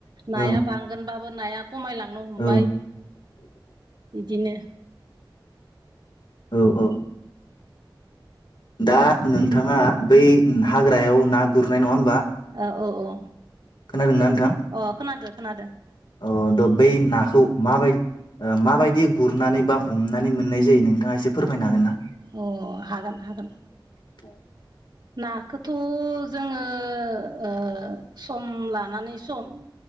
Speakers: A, on the right (about 60°); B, on the left (about 65°).
A: नाया
B: औ
A: बांगोनबाबो नाया खमायलांनो हमबाय
B: औ
A: बिदिनो
B: औ औ दा नोंथाङा बै हाग्रायाव ना गुरनाय नङा होमबा
A: औ औ औ
B: खोनादोंना नोंथां
A: अ खोनादो खोनादो
B: अ द बै ना खौ माबाय ओ माबायदि गुरनानै बा हमनानै मोननाय जायो नोंथाङा एसे फोरमायनो हागोन ना
A: अ हागोन हागोन
B: <unintelligible>
A: नाखौथ' जोङो ओ सम लानानै लानानै सम